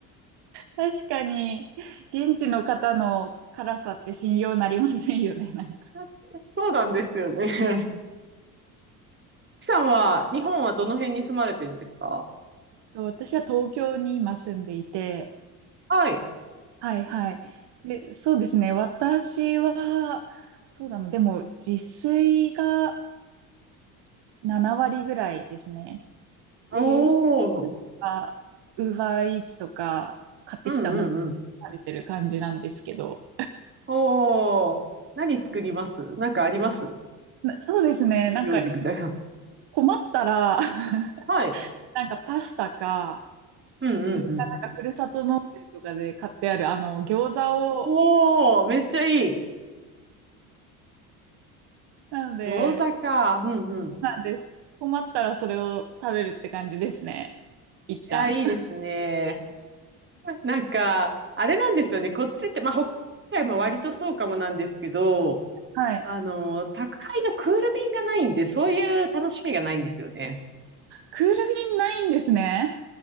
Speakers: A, on the right; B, on the right.
A: 確かに、現地の方の辛さって信用なりませんよね、<laughs> なんか。
B: <laughs> そうなんですよね。<laughs> キさんは、日本はどの辺に住まれてるんですか
A: と私は東京に今住んでいて、
B: はい。
A: はいはい。で、そうですね、私は、そうだな、でも自炊が7割ぐらいですね。で、
B: おー。
A: あ、ウーバーイーツとか買ってきたもの
B: うんうんうん。
A: 食べてる感じなんですけど。
B: おー。何作りますなんかあります
A: なそうですね。
B: 得意料理みたいな。
A: なんか困ったら <laughs>
B: はい。
A: なんかパスタか、
B: うんうんうん。
A: それかなんかふるさと納税とかで買ってあるあの餃子を、
B: おー、めっちゃいい。
A: なので、
B: 餃子か。うんうん。い
A: なんです。困ったらそれを食べるって感じですね。一旦。
B: や、いいですね。<laughs> なんか、あれなんですよね。こっちって、まあ、北海道も割とそうかもなんですけど、
A: はい。
B: あの、宅配のクール便がないんで、そういう楽しみがないんですよね。
A: クール便ないんですね。